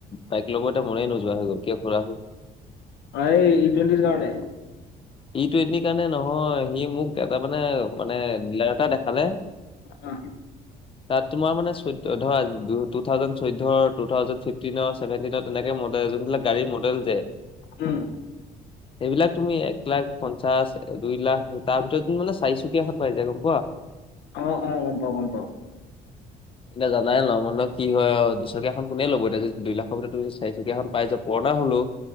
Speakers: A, on the left; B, on the left.
A: বাইক ল'ব এ মনেই নোযোৱা হৈ গ'ল কিয় খুৰা চোন।
B: হয় ই টোৱেণ্টি কাৰণে।
A: ই টোৱেন্টি কাৰণে নহয় সি মোক এটা মানে মানে ডিলাৰতে দেখালে
B: অ',
A: তাত তোমাৰ মানে চৈধ্য ধৰা টু থাউজেন চৈধ্য, টু থাউজেন ফিফ- ফিপটিনৰ চেভেনটিনৰ তেনেকে মডেল যোনবিলাক গাড়ীৰ মডেল যে।
B: উম,
A: সেইবিলাক তুমি এক এক লাখ পঞ্চাচ দুই লাখ তাৰ ভিতৰত মানে চাৰিচুকীয়াখন পাই যায় গম পোৱা।
B: অ অ গম পাওঁ গম পাওঁ।
A: এতিয়া জানাই ন মান কি হয় আ দুচকীয়াখন কোনে ল'ব এতিয়া দুই লাখৰ পৰা তু চাৰিচকীয়া এখন পাই যাব- পুৰণা হ'লো।